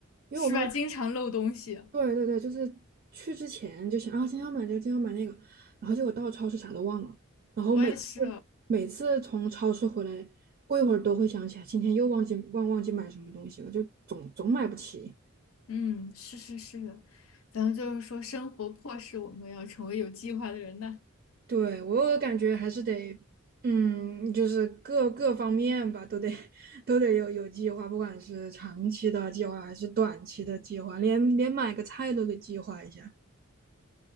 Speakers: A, on the right; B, on the left.
A: 因为我发现
B: 是吧？经常漏东西，
A: 对对对，就是去之前就想啊，今天要买这个，今天要买那个，然后结果到超市啥都忘了，然后每次
B: 我也是。
A: 每次从超市回来，过一会儿都会想起来，今天又忘记忘忘记买什么东西了，就总总买不起。
B: 嗯，是是是的，咱们就是说，生活迫使我们要成为有计划的人呐。
A: 对，我感觉还是得，嗯，就是各各方面吧，都得 <laughs> 都得有有计划，不管是长期的计划还是短期的计划，连连买个菜都得计划一下。